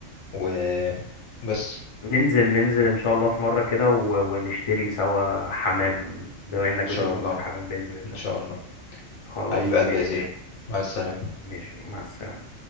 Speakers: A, on the left; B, on the left.
A: وبس
B: ننزل ننزل ان شاء الله في مرة كده و... ونشتري سوا حمام بما انك
A: ان شاء
B: بتفهم
A: الله
B: في الحمام بإذن الله
A: ان شاء الله
B: خلاص
A: حبيب قلبي
B: ماشي
A: يا زياد مع السلامه
B: ماشي مع السلامة